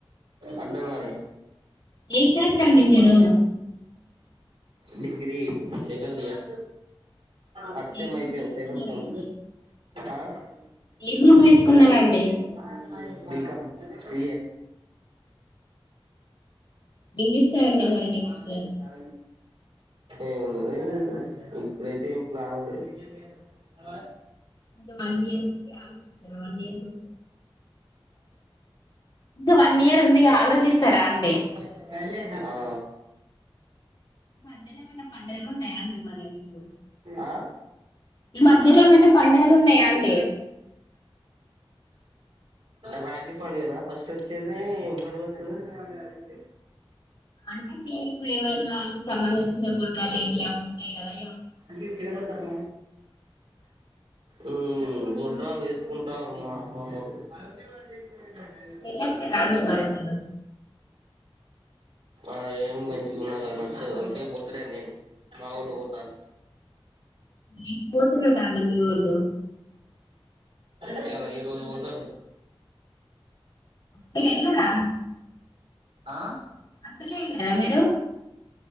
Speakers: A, on the right; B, on the left.
A: అర్దం కాలే
B: ఏ క్లాస్ అండి మీరు
A: డిగ్రీ సెకండ్ ఇయర్ ఫస్ట్
B: ఏ
A: సెమ్
B: గ్రూప్
A: అయిపోయింది
B: తీసుకున్నారండి
A: సెకండ్ సెమ్ ఆ
B: ఏ
A: నను
B: గ్రూప్ తీసుకున్నారండి
A: నయ అనేేస్త వి <unintelligible> బీకామ్ సీఎ
B: ఎన్ని ఇస్తారండి
A: ఇతా
B: మరి నెక్స్ట్
A: రా ఏందో ఏమో ఇప్పుడైతే ఏం ప్లాన్ లేదు ఆ
B: ఇంకా వన్ ఇయర్ ఉంది ఆలోచిస్తారా వన్ ఇయర్ లో ఇంకా వన్ ఇయర్ ఉందిగా ఆలోచిస్తారా అండి ఈ
A: ఆ ఆఆ
B: మధ్యలో ఏమైనా పండుగలు ఉన్నాయా అండి మరి మీకు
A: ఆ
B: ఈ మధ్యలో ఏమైనా పండుగలు ఉన్నాయా అండి
A: ఇ రాఖి పండగనా ఫస్ట్ వచ్చేది ఏం పండుగ వ స్తాది
B: అంటే మీకు ఏమైనా సంబంధించిన గుడ్రాలు లేట్లా ఉంటాయి కదా
A: అేడ సార్
B: అవు
A: ఉమ్మ్ గొడ్రాళ్ళు ఎసుకుంటారు మా అమ్మమ్మోల్లు ండి
B: వెళ్ళొచ్చారా అండి మరి మీరు
A: అదేం మంచిగా ఉన్నదా నచ్చదు అందుకే పోతలేే నేను మా వొళ్ళు పోతారు
B: ఎ పోతురటా అండి మీ వొళ్ళు
A: ఇయ్యాల ఈరోజు పోతారు
B: మీరు వెళ్ళరా
A: ఆ
B: అసలు ఎయలేదా మీరు